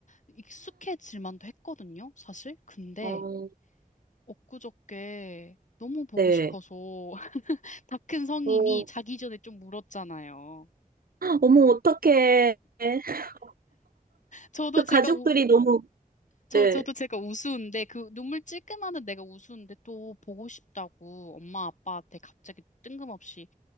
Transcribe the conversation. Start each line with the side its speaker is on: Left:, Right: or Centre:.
Left: 익숙해질 만도 했거든요, 사실. 근데
Right: 어,
Left: 엊그저께 너무 보고
Right: 네.
Left: 싶어서 <laughs> 다 큰 성인이
Right: 어,
Left: 자기 전에 좀 울었잖아요.
Right: 어머, 어떡해. <laughs>
Left: 저도 제가
Right: 가족들이 너무,
Left: 저,
Right: 네.
Left: 저도 제가 우스운데, 그 눈물 찔끔하는 내가 우스운데 또 보고 싶다고 엄마 아빠한테 갑자기 뜬금없이